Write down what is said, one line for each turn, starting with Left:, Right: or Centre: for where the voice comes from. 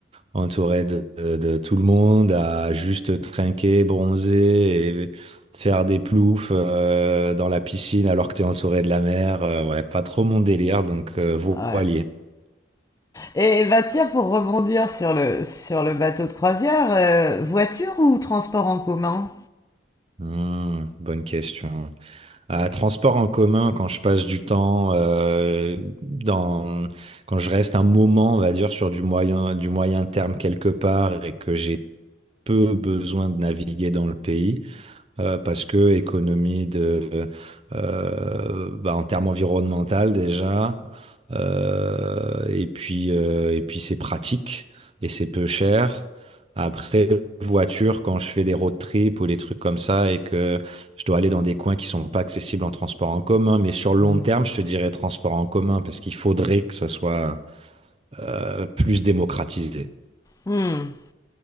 Right: entouré de, de- de tout le monde, à juste trinquer, bronzer et faire des ploufs euh, dans la piscine alors que tu es entouré de la mer. Euh, ouais, pas trop mon délire, donc euh,
Left: Ouais.
Right: voilier.
Left: Et Baptiste, pour rebondir sur le, sur le bateau de croisière, euh, voiture ou transport en commun?
Right: Hmm, bonne question. à transport en commun, quand je passe du temps, euh, dans, quand je reste un moment, on va dire, sur du moyen, du moyen terme quelque part et que j'ai peu besoin de naviguer dans le pays, euh, parce que économie de, euh, bah, en termes environnemental déjà, euh, et puis, euh, et puis c'est pratique et c'est peu cher. Après, voiture, quand je fais des road trips ou des trucs comme ça et que je dois aller dans des coins qui sont pas accessibles en transport en commun, mais sur le
Left: Hmm.
Right: long terme, je te dirais transport en commun parce qu'il faudrait que ça soit euh, plus démocratisé.
Left: Hmm.